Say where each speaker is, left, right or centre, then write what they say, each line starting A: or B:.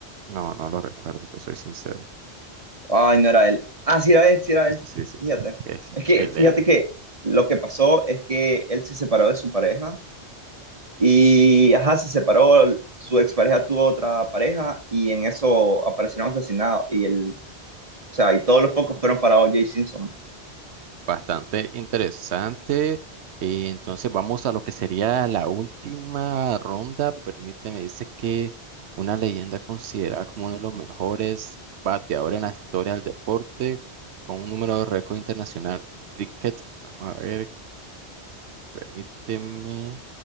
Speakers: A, on the right; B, on the right.
A: No, no lo recuerdo, te soy sincero. <laughs>
B: Ay, no era él. Ah, sí era él, sí era
A: Sí,
B: él.
A: sí, sí,
B: Fíjate.
A: sí,
B: Es
A: es
B: que
A: LL.
B: fíjate que lo que pasó es que él se separó de su pareja Y, ajá, se separó, su expareja tuvo otra pareja y en eso aparecieron asesinados. Y el, o sea, y todos los focos fueron para O.J. Simpson.
A: Bastante interesante. Y entonces vamos a lo que sería la última ronda. Permíteme, dice que una leyenda considerada como uno de los mejores bateadores en la historia del deporte, con un número de récord internacional. Cricket, vamos a ver, permíteme.